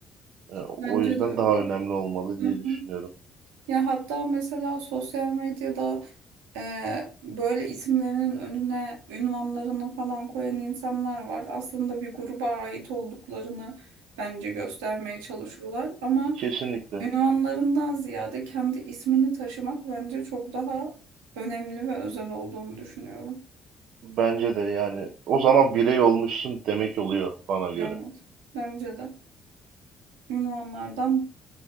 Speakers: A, on the right; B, on the right.
A: E,
B: Bence
A: o yüzden
B: de öyle.
A: daha önemli olmalı diye
B: Hı hı.
A: düşünüyorum.
B: Ya hatta mesela sosyal medyada Ee, böyle isimlerinin önüne ünvanlarını falan koyan insanlar var. Aslında bir gruba ait olduklarını bence göstermeye çalışıyorlar ama
A: Kesinlikle.
B: ünvanlarından ziyade kendi ismini taşımak bence çok daha önemli ve özel olduğunu düşünüyorum.
A: Bence de yani o zaman birey olmuşsun demek oluyor bana göre.
B: Evet, bence de ünvanlardan